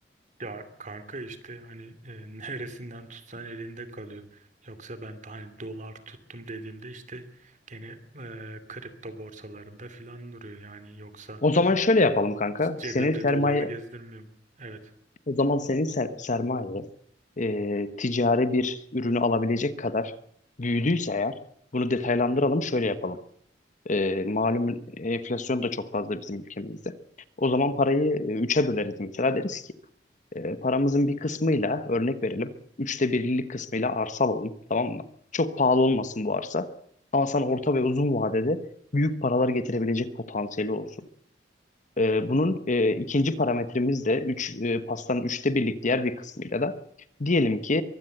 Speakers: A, on the right (about 45°); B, on the left (about 45°).
A: Ya kanka işte hani e, <laughs> neresinden tutsan elinde kalıyor. Yoksa ben de hani dolar tuttum dediğimde işte gene e, kripto borsalarında filan duruyor yani yoksa
B: O zaman şöyle yapalım kanka.
A: cebimde
B: Senin sermaye
A: dolar gezdirmiyorum. Evet
B: o zaman senin ser- sermaye e, ticari bir ürünü alabilecek kadar büyüdüyse eğer bunu detaylandıralım şöyle yapalım. E, malum enflasyon da çok fazla bizim ülkemizde. O zaman parayı e, üçe böleriz mesela deriz ki e, paramızın bir kısmıyla örnek verelim. Üçte birlik kısmıyla arsa alalım tamam mı? Çok pahalı olmasın bu arsa. Ama sana orta ve uzun vadede büyük paralar getirebilecek potansiyeli olsun. Ee, bunun e, ikinci parametremiz de 3 pastanın üçte birlik diğer bir kısmıyla da diyelim ki